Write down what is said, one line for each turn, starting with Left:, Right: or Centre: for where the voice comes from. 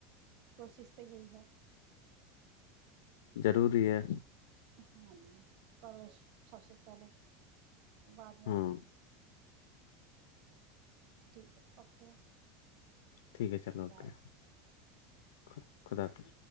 Right: کوشش تو یہی ہے
Left: روری ہے
Right: ہاں جی پرورش سب سے پہلے بعد میں
Left: ہاں
Right: اچوس <inaudible> ٹھیک ہے اوکے
Left: ٹھیک ہے چلو
Right: خدا
Left: اوکے
Right: حافظ
Left: خ خدا حافظ